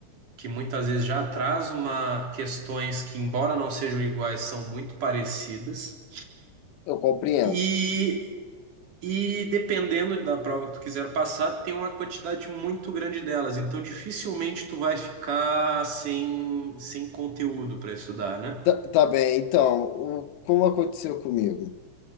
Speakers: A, on the right (about 50°); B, on the left (about 80°).
A: que muitas vezes já traz uma questões que, embora não sejam iguais, são muito parecidas.
B: eu compreendo.
A: E, e dependendo da prova que tu quiser passar, tem uma quantidade muito grande delas. Então, dificilmente tu vai ficar sem, sem conteúdo para estudar, né?
B: Tá, tá bem, então, o- como aconteceu comigo?